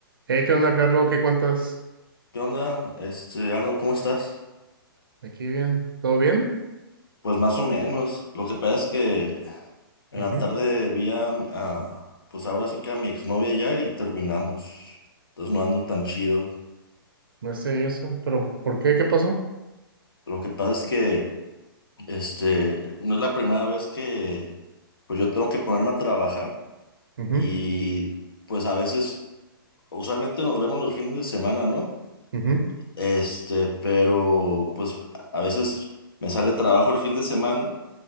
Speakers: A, on the right; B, on the left.
A: Hey, ¿qué onda, Carlos? ¿Qué cuentas?
B: ¿Qué onda? Este, Arnold, ¿cómo estás?
A: ¿Aquí bien? ¿Todo bien?
B: Pues más o menos. Lo que pasa es que en
A: Ujú.
B: la tarde vi a, a- pues ahora sí que a mi exnovia ya y terminamos. Entonces no ando tan chido.
A: No sé yo eso, pero ¿por por qué? ¿Qué pasó?
B: Lo que pasa es que, este, no es la primera vez que, pues yo tengo que ponerme a trabajar
A: Ujú,
B: y pues a veces, usualmente nos vemos los fines de semana, ¿no?
A: ujú,
B: Este, pero pues a veces me sale trabajo el fin de semana.